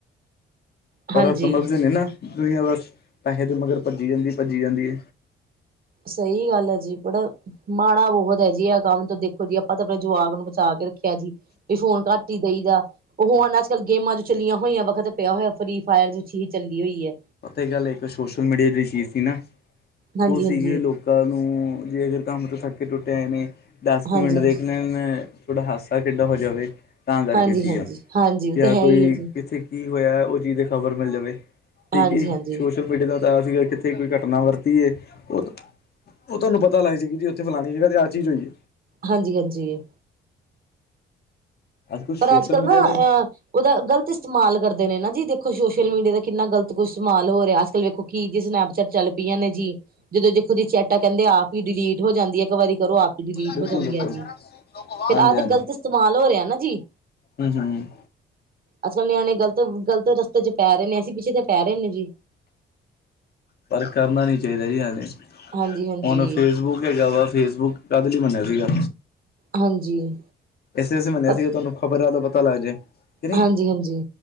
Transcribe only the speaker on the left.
ਪਰ
ਇਹ ਸਮਝਦੇ ਨੀ ਨਾ,। ਦੁਨੀਆਂ ਬਸ ਪੈਸੇ ਦੇ ਮਗਰ ਭੱਜੀ ਜਾਂਦੀ ਭੱਜੀ ਜਾਂਦੀ।
ਪਤਾ ਗੱਲ ਇੱਕ ਸੋਸ਼ਲ ਮੀਡੀਆ ਦੀ ਚੀਜ਼ ਸੀ ਨਾ
ਉਹ ਸੀਗੀ
ਲੋਕ ਕ ਨੂੰ ਜੇ ਅਗਰ ਕੰਮ ਤੋਂ ਥੱਕੇ ਟੁੱਟੇ ਆਏ ਨੇ ਦਸ
ਕੁ ਮਿੰਟ ਦੇਖ
ਲੈ ਤੁਹਾਡਾ ਹਾਦਸਾ ਕਿੱਡਾ ਹੋ ਜਾਵੇ ਤਾਂ ਕਰਕੇ
ਸੀਗਾ
ਜਾਂ
ਕੋਈ
ਕਿੱਥੇ ਕੀ ਹੋਇਆ ਉਹ ਚੀਜ਼ ਦੀ ਖ਼ਬਰ ਮਿਲ ਜਾਵੇ ਠੀਕ
ਹੈ ਜੀ। ਸੋ
ਸੋਸ਼ਲ ਮੀਡੀਆ <inaudible> ਤੋਂ ਤਇਆ ਸੀਗਾ ਕਿੱਥੇ ਕੋਈ ਘਟਨਾ ਵਰਤੀਏ ਉਹ ਉਹ ਤੁਹਾਨੂੰ ਪਤਾ ਲੱਗ ਜਾਏਗੀ ਉੱਥੇ ਫਲਾਣੀ ਜਗ੍ਹ ਤੇ ਆ ਚੀਜ਼ ਹੋਈ ਹੈ।
ਕੱਲ ਸੋਸ਼ਲ
ਮੀਡੀਆ
ਤੇ
ਬਿਲਕੁਲ
ਬਿਲਕੁਲ
ਹਾਂਜੀ
ਹਾਂਜੀ
ਹਮ, ਹਮ
ਪਰ ਕਰਨਾ ਨੀ ਚਾਹੀਦਾ ਜੀ ਹਾਲੇ।
ਹੁਣ ਫੇਸਬੁੱਕ ਹੈਗਾ ਵਾ ਫੇਸਬੁੱਕ ਕਾਦੇ ਲਈ ਬਣਿਆ ਸੀਗਾ।
ਐਸੇ ਵੇ ਮੰਨਿਆ
ਸੀਗੇ ਤੁਹਾਨੂੰ ਖ਼ਬਰ ਹੈ ਪਤਾ ਲੱਗ ਜਾਏ। ਕਿ ਨਹੀਂ